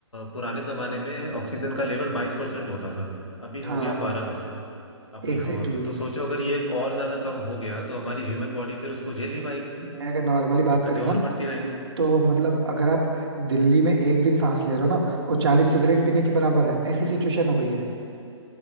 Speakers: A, on the left; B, on the right.
A: पुराने जमाने में ऑक्सीजन का लेवल बाईस परसेंट होता था अभी हो
B: हाँ
A: गया बारह परसेंट अपनी
B: एग्जैक्टली
A: हवा में तो सोचो अगर ये और ज्यादा कम हो गया तो हमारी ह्यूमन बॉडी फिर उसको झेल नहीं पाएगी
B: exactly. अगर नॉर्मली बात
A: दिक्कतें
B: करें
A: और
B: ना
A: बढ़ती रहेंगी
B: तो मतलब अगर आप दिल्ली में एक दिन सांस ले रहे हो ना वो चालीस सिगरेट पीने के बराबर है ऐसी सिचुएशन हो गई है